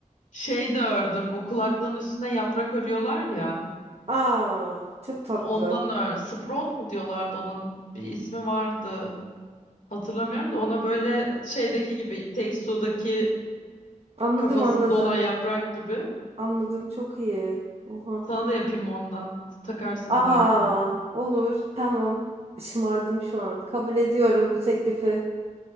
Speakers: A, on the left; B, on the right.
A: şey de ördüm bu kulaklığın üstüne yaprak örüyorlar ya.
B: <laughs> Aa, çok tatlı.
A: Ondan ör. Sprout mu diyorlardı onun bir ismi vardı. Hatırlamıyorum da ona böyle şeydeki gibi It Takes Two'daki
B: Anladım
A: kafasında
B: anladım.
A: olan yaprak gibi.
B: Anladım çok iyi. Oha.
A: Sana da yapayım ondan. Takarsın
B: Aa,
A: kulaklığını.
B: olur. Tamam. Şımardım şu an. Kabul ediyorum bu teklifi.